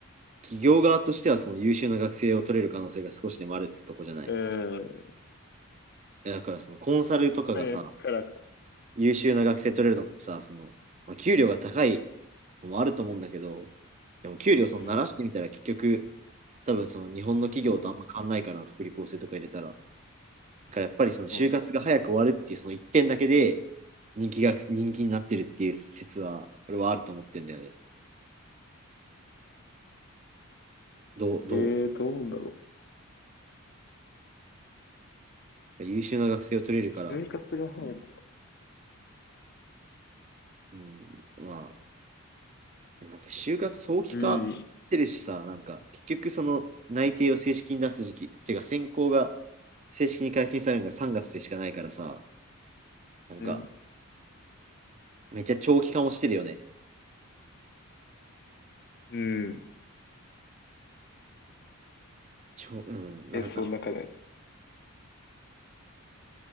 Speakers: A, on the right; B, on the left.
A: 企業側としてはその優秀な学生を取れる可能性が少しでもあるってとこじゃない。
B: う。うん。
A: やだからそのコンサルとかがさ、
B: 早くから
A: 優秀な学生取れるのってさ、
B: うん、
A: その、まあ、給料が高いのもあると思うんだけど、でも給料その慣らしてみたら結局、
B: うん、
A: 多分その日本の企業とあんま変わんないから、
B: うん、
A: 福利厚生とか入れたら。だからやっぱりその就活が早く終わるっていうその一点だけで
B: うん。
A: 人気が、人気になってるっていう説は、俺はあると思ってんだよね。どう、ど
B: えー、どうなんだろ
A: う優秀な学生を取れるから、
B: う。就活がさ、なんか
A: うん、まあ、なんか就活早期化してるしさ、
B: うん、
A: なんか結局その内定を正式に出す時期、てか選考が正式に解禁されるのが3月でしかないからさ、なんか
B: うん、
A: めっちゃ長期化もしてるよね。
B: うん。
A: ちょ、うん、な、
B: え、そう、
A: な、
B: なんかね、